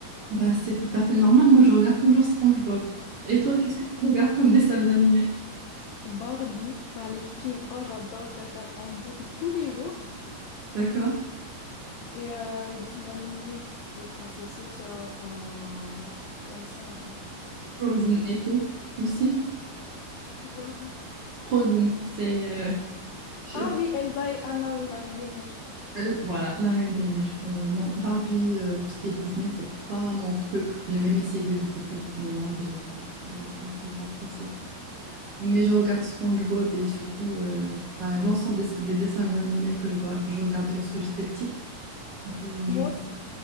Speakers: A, on the right; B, on the left.
A: Bah, c'est tout à fait normal. Moi, je regarde toujours SpongeBob. Et toi, qu'est-ce que tu regardes comme dessin animé?
B: Barbie, enfin les films, oh j'adore, je les regarde en boucle tous les jours.
A: D'accord?
B: Et euh, les dessins animés, tout ce qui est Princesse Sophia, enfin des trucs comme ça.
A: Frozen et tout aussi.
B: C'est quoi ça?
A: Frozen, c'est, euh, je-
B: Ah oui, Elsa et Anna, oui, la Reine des Neiges.
A: Euh, Voilà, La Reine des Neiges. Euh, non, Barbie, euh, tout ce qui est Disney, c'est pas mon truc. J'ai même essayé de visiter Disneyland, j'ai pas, j'ai pas, j'ai pas, j'ai pas apprécié. Mais je regarde SpongeBob et surtout euh, bah, l'ensemble des, des dessins animés que je, gra- je regardais lorsque j'étais petite. Donc, euh,
B: Moi
A: je-
B: aussi,